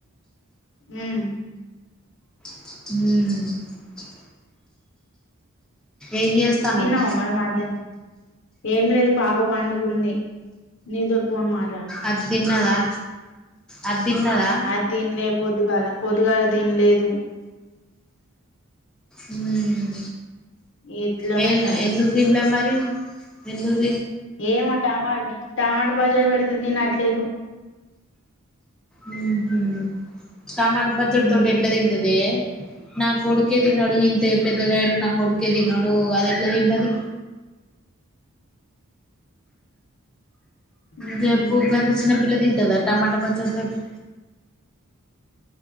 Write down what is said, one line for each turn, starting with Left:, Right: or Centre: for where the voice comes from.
Left: హ్మ్
Centre: మ్ ఏం చేస్తాన్నవ్
Left: తిన్నవా మరి మధ్యా ఏం లేదు. పాప పండుకుంది నీతోట్ పోన్ మా
Centre: అద్ తిన్నదా అద్ తిన్నదా
Left: అది తినలే పొద్దుగాల పొద్దుగాల తిన్లేదు.
Centre: హ్మ్
Left: ఎట్లనో
Centre: ఏ
Left: ఏమో
Centre: ఎందుకు తిన్లే మర్ రి ఎందుక్
Left: ఏమో టమాట టమాట పచ్చడ పెడితే తినట్లేదు.
Centre: మ్ హ్ టమాట పచ్చడి
Left: హ్మ్
Centre: తోటి ఎట్ల తింటదే నా కొడుకే తినడు ఇంత పెద్దగయ్యిండు. కొడుకే తినడు అద్ ఎట్ల తింటది.
Left: ఉహు
Centre: జెప్పు గంత చిన్నపిల్ల తింటదా టమాట పచ్చడ్ తోటి